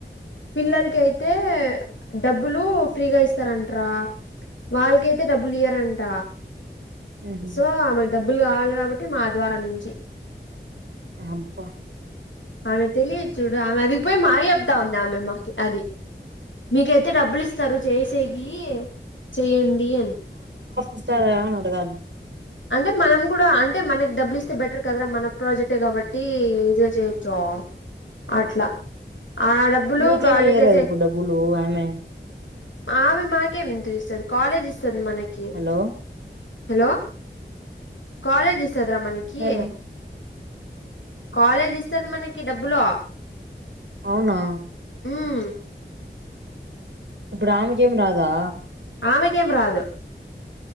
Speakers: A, on the left; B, on the right.
A: పిల్లలకి అయితే డబ్బులు ఫ్రీగా ఇస్తారంటరా వాళ్ళకైతే డబ్బులు ఇయ్యారంట
B: ఉహు
A: సో ఆమెకు డబ్బులు కావాలి కాబట్టి మా ద్వారా నుంచి
B: అబ్బా
A: ఆమె తెలీ చూడు అదిగిపోయి మాకే చెప్తా ఉన్నా మే మాకి అది మీకైతే డబ్బులు ఇస్తారు చేసే ఈ చేయండి అని
B: ఇస్తద ఆమెని అడగాలి
A: అంటే మనం కూడా అంటే మనకి డబ్బులు ఇస్తే బెటర్ కదరా మన ప్రాజెక్ట్ ఏ కాబట్టి ట్టి ఎంజాయ్ చేయచ్చు అట్లా ఆ డబ్బులు
B: నీకేమి
A: ప్రాజెక్ట్
B: ఇయ్యరా
A: చేసే
B: ఇప్పుడు డబ్బులు ఆమె
A: ఆమె మాకేమి ఎంతి ఇస్తది కాలేజ్ ఇస్తుంది మనకి
B: హలో
A: హలో కాలేజ్ ఇస్తదిరా మనకి
B: హలో
A: కాలేజ్ ఇస్తది మనకి డబ్బులు
B: అవునా
A: ఉమ్
B: ఇప్పుడు ఆమెకేం రాదా
A: ఆమెకేం రాదు